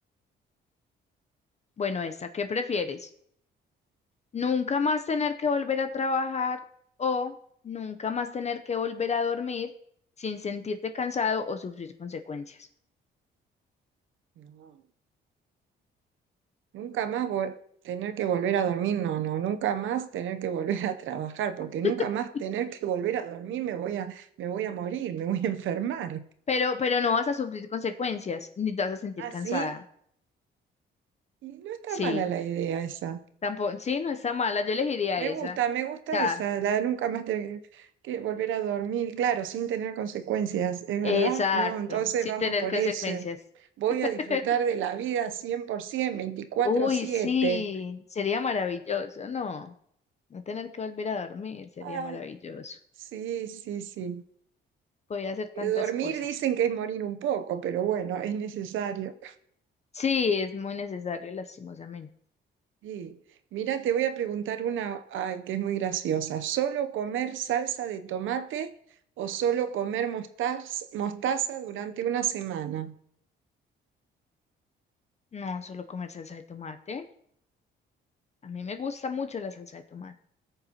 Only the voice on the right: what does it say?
no, nunca más vol- tener que volver a dormir, no, no, nunca más tener que volver a trabajar, porque
nunca más tener que volver a dormir me voy a, me voy a morir, me voy a enfermar.
Así,
y no está
mala la idea esa.
Me
gusta, me gusta
esa, la de nunca más tener que volver a dormir, claro, sin tener consecuencias, ¿es verdad?
No, entonces
vamos
por
ese. Voy
a disfrutar de la vida 100%, veinticuatro
siete.
Ay, sí, sí, sí.
Dormir
dicen que es morir un poco, pero bueno, es necesario.
Sí. Mira, te voy a preguntar una, ay, que es muy graciosa. ¿Solo comer salsa de tomate o solo comer mostaz- mostaza durante una semana?